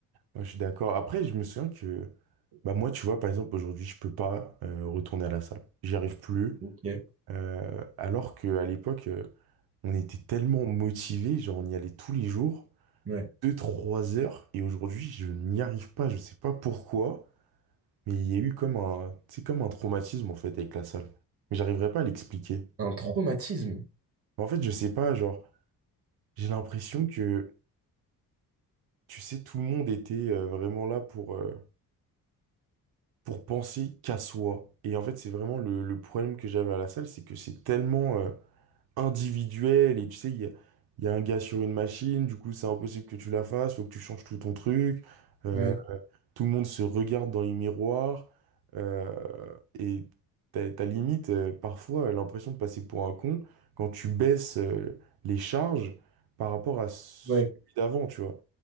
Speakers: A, on the right; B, on the right.
A: Ouais, je suis d'accord après je me souviens que bah moi tu vois par exemple aujourd'hui je peux pas euh, retourner à la salle j'y arrive plus
B: Ok.
A: Euh, alors qu'à l'époque euh, on était tellement motivés genre on y allait tous les jours
B: Ouais.
A: Deux trois heures et aujourd'hui je n'y arrive pas, je sais pas pourquoi, mais il y a eu comme un, c'est comme un traumatisme en fait avec la salle. Mais j'arriverai pas à l'expliquer.
B: Un traumatisme.
A: En fait, je sais pas, genre, j'ai l'impression que, tu sais, tout le monde était euh, vraiment là pour, euh, pour penser qu'à soi. Et en fait, c'est vraiment le, le problème que j'avais à la salle, c'est que c'est tellement euh, individuel et tu sais, il y a, il y a un gars sur une machine, du coup, c'est impossible que tu la fasses, faut que tu changes tout ton truc. Euh,
B: Ouais.
A: tout le monde se regarde dans les miroirs euh, et t'as, t'as limite euh, parfois euh, l'impression de passer pour un con quand tu baisses euh, les charges par rapport à celui
B: Ouais.
A: d'avant, tu vois.